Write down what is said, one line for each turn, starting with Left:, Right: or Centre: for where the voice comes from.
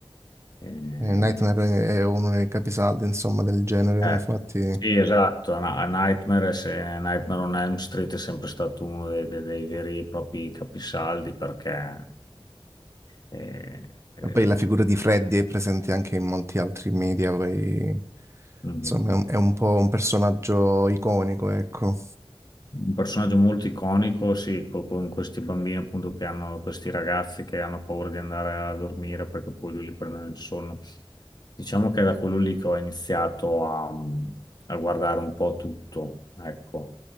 Left: eh,
Right: Eh, Nightmare è uno dei capisaldi, insomma, del genere,
Left: eh,
Right: infatti...
Left: Sì, esatto, a a Nightmare, se- Nightmare on Elm Street è sempre stato uno dei, dei- dei veri e propri capisaldi perché è, è
Right: E poi la figura di Freddy è presente anche in molti altri media, poi
Left: un
Right: insomma è un, è un po' un personaggio iconico, ecco.
Left: un personaggio molto iconico, sì, co- con questi bambini appunto che hanno, questi ragazzi che hanno paura di andare a dormire perché poi lui li prende il sonno. Diciamo che è da quello lì che ho iniziato a, a guardare un po' tutto, ecco.